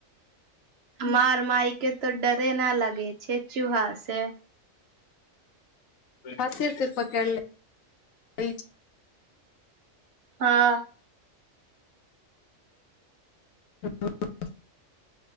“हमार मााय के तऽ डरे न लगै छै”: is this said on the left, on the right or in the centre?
Right